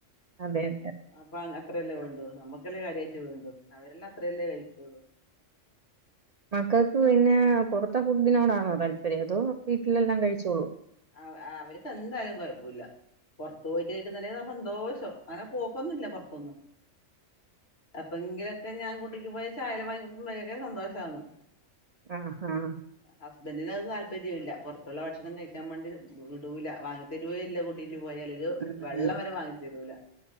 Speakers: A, on the right; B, on the left.
A: അതെ അതെ അതെ
B: അപ്പ അത്രയല്ലേ വേണ്ടു നമ്മുക്കെല്ലാം കാര്യമായിട്ട് വേണ്ടു അവരെല്ലാം അത്രയല്ലേ കഴിക്കുള്ളൂ
A: മക്കൾക്ക് പിന്നെ പുറത്തെ ഫുഡിനോടാണോ താല്പര്യം അതോ വീട്ടിലെല്ലാം കഴിച്ചോളൂ
B: ആ അവർക്ക് എന്തായാലും കുഴപ്പില്ല പുറത്ത് പോയിട്ട് കഴിക്കുന്ന സന്തോഷം അങ്ങനെ പോക്കൊന്നുമില്ല പുറത്തൊന്നും അപ്പ എങ്കിലൊക്കെ ഞാൻ കുട്ടിക്ക് പോയി ചായ വാങ്ങിക്കക്കുമ്പോഴൊക്കെ സന്തോഷന്ന്
A: ആഹ് അഹ്
B: ഹസ്ബന്ഡറിന് അത് താല്പര്യം ഇല്ല പുറത്തുള്ള ഭക്ഷണം കഴിക്കാൻ വേണ്ടി വിടൂല്ല വാങ്ങിതരുവും ഇല്ല കൂട്ടിയിട്ട് പോയാ
A: ഉം
B: വെള്ളം വരെ വാങ്ങി തരൂല